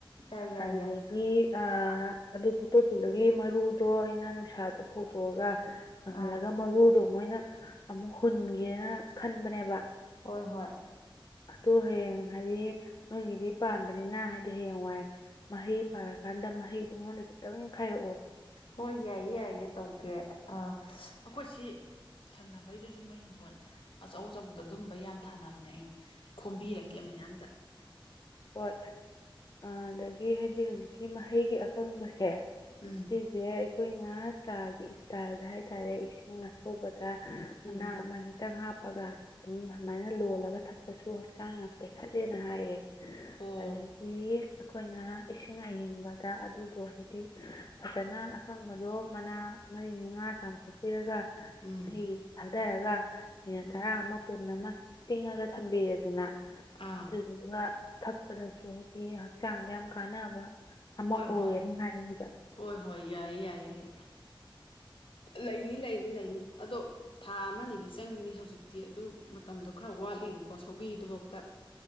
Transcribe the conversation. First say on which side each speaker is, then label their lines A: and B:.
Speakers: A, on the left (about 75°); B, on the left (about 45°).
A: ꯌꯥꯏ ꯌꯥꯏ
B: ꯑꯗꯨꯗ__
A: ꯌꯥꯏ
B: ꯑ ꯑꯗꯤ ꯐꯨꯛꯇꯣꯛꯈꯤꯕꯒꯤ ꯃꯔꯨꯗꯣ ꯑꯩꯅ ꯅꯨꯡꯁꯥꯗ ꯐꯧꯗꯣꯛꯑꯒ ꯀꯪꯍꯜꯂꯒ
A: ꯑꯥ
B: ꯃꯔꯨꯗꯣ ꯃꯣꯏꯅ ꯑꯃꯨꯛ ꯍꯨꯟꯒꯦꯅ ꯈꯟꯕꯅꯦꯕ
A: ꯍꯣꯏ ꯍꯣꯏ
B: ꯑꯗꯨ ꯍꯌꯦꯡ ꯍꯥꯏꯗꯤ ꯅꯣꯏꯒꯤꯗꯤ ꯄꯥꯟꯕꯅꯤꯅ ꯍꯥꯏꯗꯤ ꯍꯌꯦꯡꯋꯥꯏ ꯃꯍꯩ ꯄꯥꯔꯀꯥꯟꯗ ꯃꯍꯩꯗꯣ ꯑꯩꯉꯣꯟꯗ ꯈꯤꯇꯪ ꯈꯥꯏꯔꯛꯑꯣ
A: ꯍꯣꯏ ꯌꯥꯏꯌꯦ ꯌꯥꯏꯌꯦ ꯇꯧꯒꯦ ꯑ ꯑꯩꯈꯣꯏ ꯁꯤ ꯊꯪꯅꯕꯩꯗꯨꯁꯨ ꯃꯣꯏ ꯍꯤꯡꯒꯣꯜ ꯑꯆꯧ ꯑꯆꯧꯕꯗ ꯑꯗꯨꯝꯕ ꯌꯥꯝ ꯊꯥꯅꯕꯅꯦ ꯑꯩ ꯈꯣꯝꯕꯤꯔꯛꯀꯦ ꯃꯌꯥꯝꯇꯥ
B: ꯍꯣꯏ ꯑꯗꯒꯤ ꯍꯥꯏꯗꯤ ꯍꯧꯖꯤꯛꯀꯤ ꯃꯍꯩꯒꯤ ꯑꯀꯪꯕꯁꯦ
A: ꯎꯝ
B: ꯁꯤꯁꯦ ꯑꯩꯈꯣꯏꯅ ꯆꯥꯒꯤ ꯏꯁꯇꯥꯏꯜꯗ ꯍꯥꯏꯇꯥꯔꯦ ꯏꯁꯤꯡ ꯑꯁꯧꯕ ꯗ ꯃꯅꯥ
A: ꯎꯝ
B: ꯑꯃꯅꯤ ꯈꯤꯇꯪ ꯍꯥꯞꯄꯒ ꯑꯗꯨꯝ ꯑꯗꯨꯃꯥꯏꯅ ꯂꯣꯜꯂꯒ ꯊꯛꯄꯁꯨ ꯍꯛꯆꯥꯡ ꯌꯥꯝ ꯇꯦꯛꯈꯠꯂꯦꯅ ꯍꯥꯏꯌꯦ
A: ꯑꯣ
B: ꯑꯗꯒꯤ ꯑꯩꯈꯣꯏꯅ ꯏꯁꯤꯡ ꯑꯌꯤꯡꯕꯗ ꯑꯗꯨꯗꯣ ꯍꯥꯏꯗꯤ ꯐꯖꯅ ꯑꯀꯪꯕꯗꯣ ꯃꯅꯥ ꯃꯔꯤ ꯃꯉꯥ ꯆꯥꯝꯊꯣꯛꯄꯤꯔꯒ
A: ꯎꯝ
B: ꯑꯩ ꯊꯥꯗꯔꯒ ꯃꯤꯅꯠ
A: ꯎꯝ
B: ꯇꯔꯥ ꯑꯃ ꯇꯨꯟ ꯑꯃ ꯁꯨꯝ ꯇꯤꯡꯉꯒ ꯊꯝꯕꯤꯔꯦꯗꯅ
A: ꯑꯥ
B: ꯑꯗꯨꯗꯨꯒ ꯊꯛꯄꯗꯁꯨ ꯍꯥꯏꯗꯤ ꯍꯛꯆꯥꯡꯗ ꯌꯥꯝ ꯀꯥꯟꯅꯕ ꯑꯃ
A: ꯍꯣꯏ ꯍꯣꯏ
B: ꯑꯣꯏꯌꯦꯅ ꯍꯥꯏꯔꯤꯕ
A: ꯍꯣꯏ ꯍꯣꯏ ꯌꯥꯏꯌꯦ ꯌꯥꯏ ꯌꯥꯏ ꯂꯩꯅꯤ ꯂꯩꯅꯤ ꯂꯩꯅꯤ ꯑꯗꯣ ꯊꯥ ꯑꯃꯗꯤ ꯆꯪꯉꯤꯅꯤ ꯍꯧꯖꯤꯛꯇꯤ ꯑꯗꯨ ꯃꯇꯝꯗꯣ ꯈꯔ ꯋꯥꯠꯂꯤꯕꯀꯣ ꯁꯧꯒꯤꯗꯨꯐꯥꯎꯇ